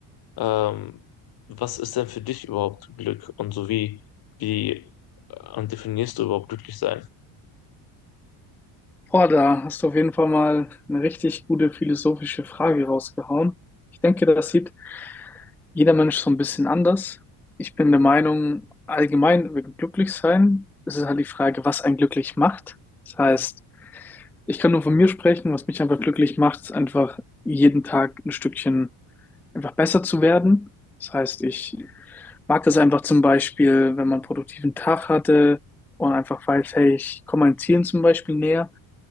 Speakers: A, on the left; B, in the centre.
A: Ähm, was ist denn für dich überhaupt Glück? Und so wie, wie äh, definierst du überhaupt glücklich sein?
B: Boah, da hast du auf jeden Fall mal eine richtig gute philosophische Frage rausgehauen. Ich denke, das sieht jeder Mensch so ein bisschen anders. Ich bin der Meinung, allgemein wegen Glücklichsein ist es halt die Frage, was einen glücklich macht. Das heißt, ich kann nur von mir sprechen, was mich einfach glücklich macht, ist einfach jeden Tag ein Stückchen einfach besser zu werden. Das heißt, ich mag das einfach zum Beispiel, wenn man einen produktiven Tag hatte und einfach weiß, hey, ich komme meinen Zielen zum Beispiel näher.